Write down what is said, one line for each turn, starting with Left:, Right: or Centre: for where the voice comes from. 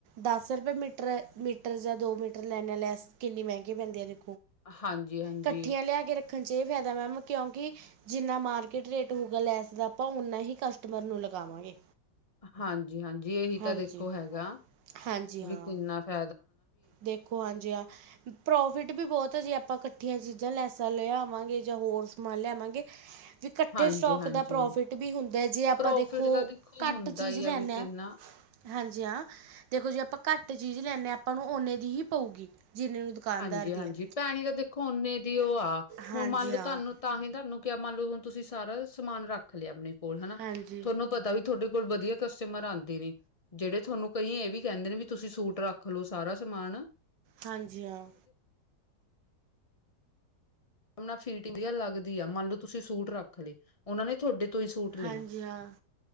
Right: ਦਸ ਰੁਪਏ ਮੀਟਰ ਮੀਟਰ ਜਾਂ ਦੋ ਮੀਟਰ ਲੈਣੇ, ਆ ਲੈਸ ਕਿੰਨੀ ਮਹਿੰਗੀ ਪੈਂਦੀ ਅ ਦੇ
Left: ਹਾਂਜੀ ਹਾਂਜੀ
Right: ਕੱਠੀਆ ਲਿਆ ਕੇ ਰ ਫੇਦਾ ਮੈਮ ਕਿਉਂਕਿ ਜਿੰਨਾ ਮਾਰਕੀਟ ਰੇਟ ਹੋਊਗਾ, ਲੈਸ ਦਾ ਆਪਾਂ ਓਹਨਾ ਹੀ ਕਸਟਮਰ ਨੂੰ ਲਗਾਵਾਂਗੇ।
Left: ਹਾਂਜੀ-ਹਾਂਜੀ ਏਹੀ ਤਾਂ
Right: ਹਾਂਜੀ
Left: ਦੇਖੋ ਹੈਗਾ,
Right: ਹਾਂਜੀ
Left: ਵੀ
Right: ਹਾਂ
Left: ਕਿੰਨਾ ਫੇ
Right: ਦੇਖੋ ਹਾਂਜੀ ਆ ਪ੍ਰੋਫਿਟ ਵੀ ਬਹੁਤ ਆ ਜੇ ਆਪਾਂ ਕੱਠੀਆਂ ਚੀਜ਼ਾਂ ਲੈਸਾ ਲੈ ਆ ਵਾਂਗੇ ਜਾਂ ਹੋਰ ਸਮਾਨ ਲੇਆਵਾਂਗੇ। ਵੀ ਕੱਠੇ
Left: ਹਾਂਜੀ
Right: ਸਟੋਕ
Left: ਹਾਂਜੀ
Right: ਦਾ ਪ੍ਰੋਫਿਟ ਵੀ ਹੁੰਦਾ ਏ ਜੇ ਆਪਾਂ
Left: ਪ੍ਰੋਫਿਟ
Right: ਦੇਖੋ
Left: ਦਾ ਦੇਖੋ
Right: ਘੱਟ
Left: ਹੁੰਦਾ
Right: ਚੀਜ਼
Left: ਹੀ
Right: ਲੈਨੇ
Left: ਵੀ ਕਿੰਨਾ
Right: ਆ। ਹਾਂਜੀ ਹਾਂ, ਦੇਖੋ ਜੇ ਆਪਾਂ ਘੱਟ ਚੀਜ਼ ਲੈਨੇ ਆ ਆਪਾਂ ਨੂੰ ਓਨੇ ਦੀ ਹੀ ਪਊਗੀ। ਜਿੰਨੇ ਨੂੰ ਦੁਕਾਨਦਾਰ
Left: ਹਾਂਜੀ-ਹਾਂਜੀ
Right: ਦੀ ਹੈ
Left: ਪੈਣੀ ਤਾਂ ਦੇਖੋ ਓਨੇ ਦੀ ਊ ਆ।
Right: ਹਾਂਜੀ
Left: ਹੁਨ ਮੰਨ ਲੋ
Right: ਹਾਂ
Left: ਤੁਹਾਨੂੰ ਤਾਂ ਹੀ ਤੁਹਾਨੂੰ ਕਿਆ ਮੰਨ ਲੋ ਹੁਨ। ਤੁਸੀਂ ਸਾਰਾ ਸਮਾਨ ਰੱਖ ਲਿਆ ਆਪਨੇ ਕੋਲ ਹਨਾ,
Right: ਹਾਂਜੀ
Left: ਤੁਹਾਨੂੰ ਪਤਾ ਵੀ ਤੁਹਾਡੇ ਕੋਲ ਵਧੀਆ ਕਸਟਮਰ ਆਂਦੇ ਨੇ, ਜਿਹੜੇ ਤੁਹਾਨੂੰ ਕਈ ਇਹ ਵੀ ਕੇਂਦੇ ਨੇ ਵੀ ਤੁਸੀਂ ਸੂਟ ਰੱਖ ਲੋ ਸਾਰਾ। ਤਮਾਂਣ।
Right: ਹਾਂਜੀ ਹਾਂ।
Left: ਉਨਾਲ ਫਿਟਿੰਗ ਜਾ ਲੱਗਦੀ ਆ ਮੰਨ ਲੋ ਤੁਸੀਂ ਸੂਟ ਰੱਖ ਲਏ ਉਹਨਾ ਨੇ ਤੁਹਾਡੇ ਤੂੰਈ ਸੂਟ ਲੈਣਾ,
Right: ਹਾਂਜੀ ਹਾਂ